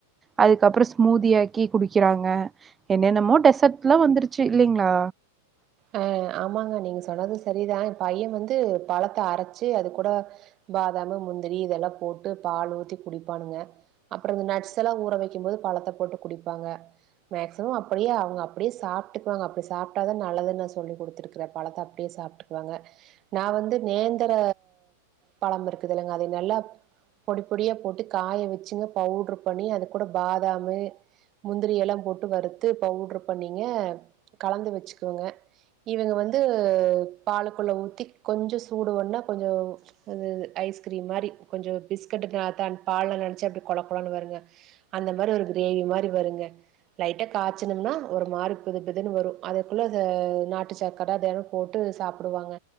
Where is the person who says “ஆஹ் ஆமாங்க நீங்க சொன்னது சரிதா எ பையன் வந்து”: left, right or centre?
Right